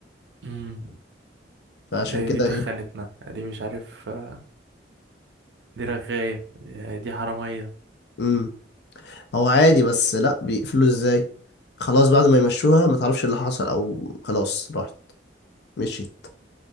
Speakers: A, on the right; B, on the left.
A: امم
B: فعشان
A: دي
B: كده
A: دي تخنتنا
B: ايه
A: دي مش عارف آه، دي رغاية آه، دي حرامية
B: امم هو عادي بس لا بيقفلوا ازاي خلاص بعد ما يمشوها ما تعرفش اللي حصل او خلاص راحت مشيت